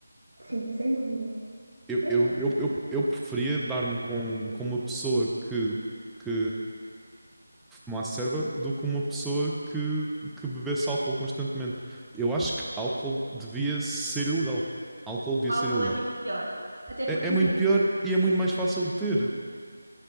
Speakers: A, on the right; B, in the centre.
A: Sim, sem dúvida.
B: Eu,
A: Sem
B: eu,
A: dúvida.
B: eu, eu, eu preferia dar-me com, com uma pessoa que, que fumasse erva do que uma pessoa que, que bebesse álcool constantemente. Eu acho que álcool devia ser ilegal. Álcool
A: Sim,
B: devia
A: o álcool
B: ser ilegal.
A: é muito pior. Até porque
B: É, é muito
A: muito.
B: pior e é muito
A: Uhum.
B: mais fácil de ter.